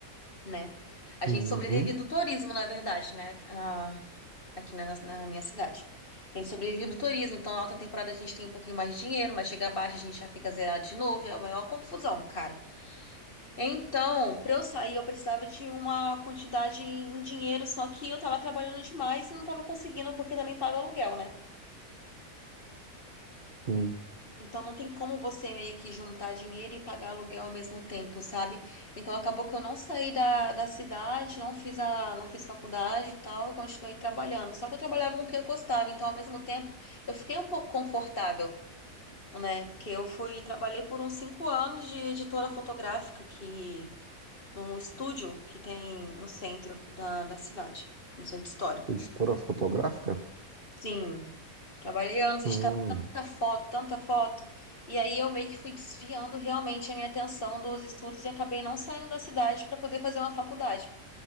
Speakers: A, on the left (about 35°); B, on the right (about 45°).
A: né? A
B: Uhum.
A: gente sobrevive do turismo, na verdade, né? Ah, aqui na, na minha cidade. A gente sobrevive do turismo, então na alta temporada a gente tem um pouquinho mais de dinheiro, mas chega abaixo a gente já fica zerado de novo, é a maior confusão, cara. Então, para eu sair, eu precisava de uma quantidade em dinheiro, só que eu tava trabalhando demais e não tava conseguindo, porque também paga aluguel, né?
B: Sim.
A: Então não tem como você meio que juntar dinheiro e pagar aluguel ao mesmo tempo, sabe? Então acabou que eu não saí da, da cidade, não fiz a, não fiz faculdade e tal, eu continuei trabalhando. Só que eu trabalhava com o que eu gostava, então ao mesmo tempo eu fiquei um pouco confortável, né? Que eu fui, trabalhei por uns cinco anos de editora fotográfica que num estúdio que tem no centro da, da cidade, no centro histórico.
B: Editora fotográfica?
A: Sim, trabalhei anos, estava
B: Hum,
A: tanta foto, tanta foto. E aí eu meio que fui desviando realmente a minha atenção dos estudos e acabei não saindo da cidade para poder fazer uma faculdade,